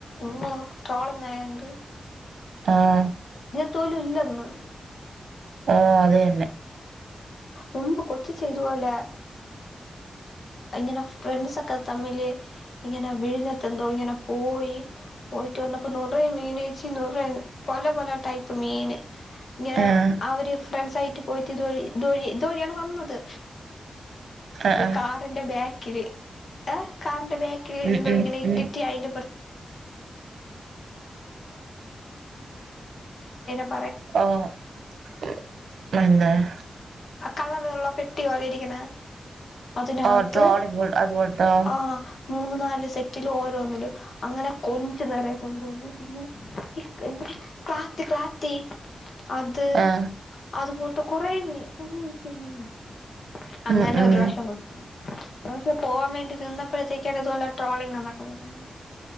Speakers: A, on the left (about 55°); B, on the right (about 85°).
A: മ്മോ ട്രോളിംഗ് ആയാണ്ട്.
B: ആഹ്.
A: തോലുല്ലന്ന്
B: ആഹ് അത് തന്നെ.
A: മുമ്പ് കൊച്ചിച്ചെ ഇതുപോലെ ഇങ്ങനെ ഫ്രണ്ട്സൊക്കെ തമ്മില് ഇങ്ങനെ വിഴിഞ്ഞെത്തെന്തോ ഇങ്ങനെ പോ പോയി. പോയിട്ട് വന്നപ്പോ നുറയെ മീനേച്ചി നൂറേ പല പല ടൈപ്പ് മീന്. ഇങ്ങനെ
B: ആഹ്
A: അവര് ഫ്രണ്ട്സ് ആയിട്ട് പോയിട്ട് ഇതുവഴി ഇതുവഴി ഓ ഇയാള് വന്നത്
B: ആഹ് ആഹ്
A: കാറിന്റെ ബാക്കില് <unintelligible> ബാക്കിൽ
B: ഉം
A: എന്തോ
B: ഉം
A: ഇങ്ങനെ ഇട്ടിറ്റി
B: ഉം
A: അതിൻന്റെ പുറ <unintelligible>
B: <unintelligible>
A: കള്ളറള്ള പെട്ടി പോലെ ഇരിക്കണ അതിനകത്ത്
B: ഓ ട്രോളി
A: ഒ
B: അതുപോലത്തോ
A: ആഹ മൂന്ന് നാല് സെറ്റില് ഓരോന്നില് അങ്ങനെ കൊഞ്ചി നിറയെ കൊണ്ടുവന്നു. ഇനി ഇരിക്കണ് <unintelligible> അത്
B: ആഹ്
A: അത് പോയിട്ട് കുറേ മീ കുറെ ചെമ്മീൻ മീൻ അങ്ങനെ
B: ഉം ഉം
A: ഒരു പ്രാവശ്യം ഇപ്രാവശ്യം പോവാൻ വേണ്ടി നിന്നപ്പോഴത്തേക്കാണ് നിന്ന് പുറത്തേക്ക് ട്രോളിങ് എന്നൊക്കെ പറയുന്നത്